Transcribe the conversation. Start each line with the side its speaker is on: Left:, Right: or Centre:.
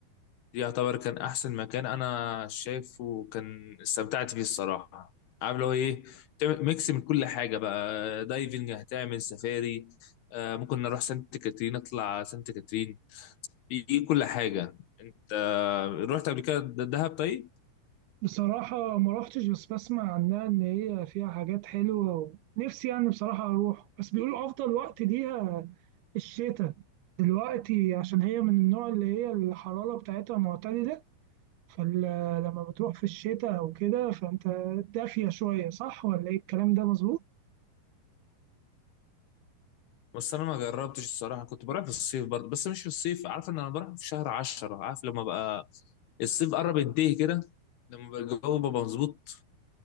Left: دي يعتبر كان احسن مكان انا شايفه كان استمتعت فيه الصراحه عارف اللي هو ايه؟ تعمل ميكس من كل حاجه بقى دايفنج هتعمل سفاري آه ممكن نروح سانت كاترين نطلع سانت كاترين في كل حاجة انت رحت قبل كده د- دهب طيب
Right: بصراحة ما روحتش بس بسمع عنها إن هي فيها حاجات حلوة ونفسي يعني بصراحة أروح بس بيقولوا أفضل وقت ليها الشتاء دلوقتي عشان هي من النوع اللي هي الحرارة بتاعتها معتدلة فلما بتروح في الشتاء أو كده فأنت دافية شوية صح ولا إيه الكلام ده مظبوط؟
Left: بس انا ما جربتش الصراحة كنت بروح في الصيف برضه بس مش في الصيف عارف ان انا بروح في شهر عشرة عارف لما بقى الصيف قرب ينتهي كده لما بقى الجو بقى مظبوط